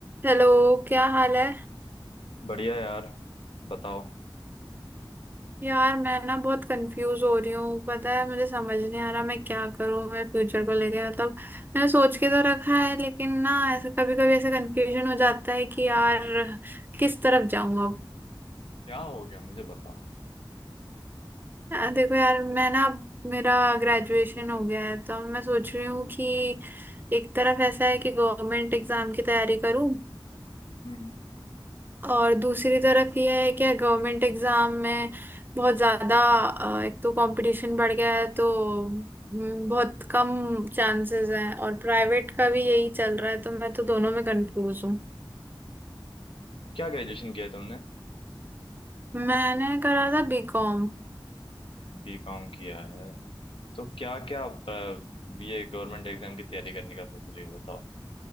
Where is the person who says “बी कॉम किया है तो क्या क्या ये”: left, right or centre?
Left